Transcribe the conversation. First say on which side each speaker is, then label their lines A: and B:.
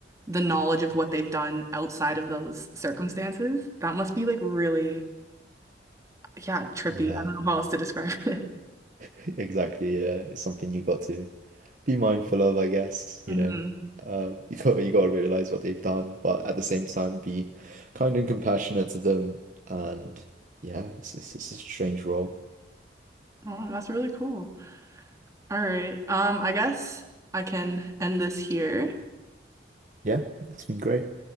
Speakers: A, on the right; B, on the right.
A: the knowledge of what they've done outside of those circumstances. That must be like really, yeah,
B: <laughs>
A: trippy.
B: yeah
A: I don't know how else to describe <laughs> it.
B: <laughs> exactly yeah it's something you got to be mindful of, I guess,
A: hmm
B: you know, uh, you got you got to realize what they've done, but at the same time, be kind and compassionate to them. And yeah, it's it's, it's a strange role.
A: Oh, that's really cool. All right. Um, I guess I can end this here.
B: Yeah, it's been great.